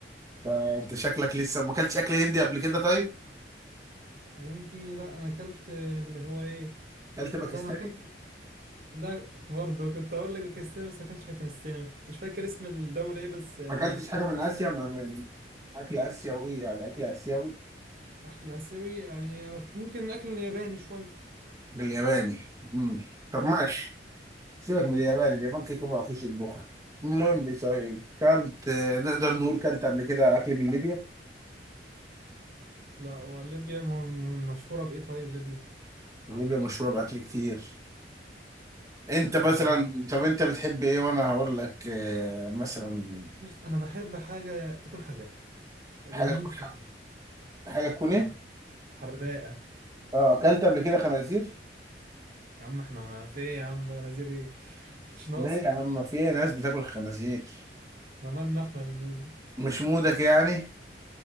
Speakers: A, on the right; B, on the right.
A: ده أنت شكلك لسه ما أكلتش أكل هندي قبل كده طيب؟
B: عندي لا انا اكلت اللي هو ايه
A: أكلت باكستاني؟
B: لا انا اكلت لا برضه كنت اقول لك باكستان بس ما كانش في باكستان مش كنتش فاكر اسم الدولة ايه بس يعني
A: ما أكلتش حاجة من آسيا ما- من أكل آسيوي يعني أكل آسيوي
B: اكل اسيوي يعني ممكن اكل ياباني شوية
A: بالياباني مم. طب
B: آه،
A: ماشي سيبك من اليابان اليابان كده كده ما فيش يطبخوا المهم طيب كلت آه، نقدر نقول كلت قبل كده اكل من ليبيا
B: لا وليبيا م- م- مشهورة بايه طيب ليبيا
A: ليبيا مشهوره باكل كتير انت
B: لا
A: مثلا
B: حاجة
A: طب انت بتحب ايه وانا هقول لك آه، مثلا
B: بص انا بحب حاجة تكون حراقة بموت
A: حاجه تكون
B: في حاجة
A: حاجه تكون ايه
B: اه حراقة
A: اه اكلت قبل كده خنازير
B: يا عم احنا ما في ايه يا عم غنازير ايه <laughs> مش ناقصة
A: لا يا عم في ناس بتاكل خنازير
B: احنا مالنا احنا بالنسبة
A: مش مودك يعني